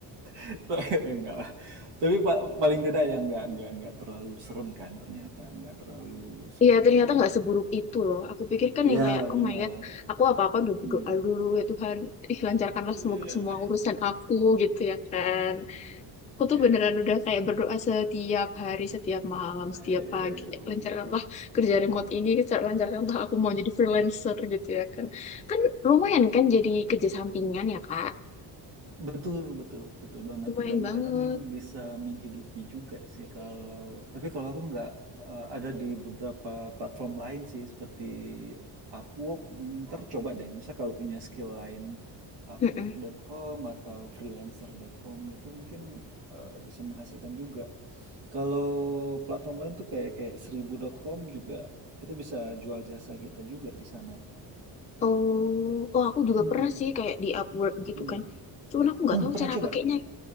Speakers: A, on the right (about 80°); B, on the left (about 20°).
A: <laughs> Enggak lah. Tapi pa paling tidak ya enggak enggak enggak terlalu serem kan ternyata, enggak terlalu seperti
B: Iya, ternyata nggak seburuk itu loh. Aku pikir kan yang
A: ya
B: kayak, oh
A: benar.
B: my God, aku apa-apa doa
A: Hmm.
B: dulu ya Tuhan, ih lancarkanlah
A: Iya,
B: semoga semua urusan aku gitu ya kan. aku tuh
A: iya.
B: beneran udah kayak berdoa setiap hari, setiap malam, setiap
A: Iya,
B: pagi. Lancarkanlah
A: benar.
B: kerja remote ini, lancarkanlah aku mau jadi freelancer gitu ya kan. Kan lumayan kan jadi kerja sampingan ya Kak.
A: Betul, betul, betul banget.
B: Lumayan
A: Dan
B: banget.
A: kadang bisa menghidupi juga sih kalau, tapi kalau aku nggak eh, ada di beberapa platform lain sih seperti Upwork, mm, ntar coba deh. Misal kalau punya skill lain, Upwork.com
B: Mm-mm.
A: atau freelancer.com itu mungkin eh, bisa menghasilkan juga. Kalau platform lain tuh kayak kayak seribu.com juga kita bisa jual jasa kita juga di sana.
B: Oh, oh aku juga
A: Mm,
B: pernah sih kayak di Upwork gitu
A: mm, mm.
B: kan. Cuman aku nggak
A: Mm,
B: tahu
A: pernah
B: cara
A: coba?
B: pakainya.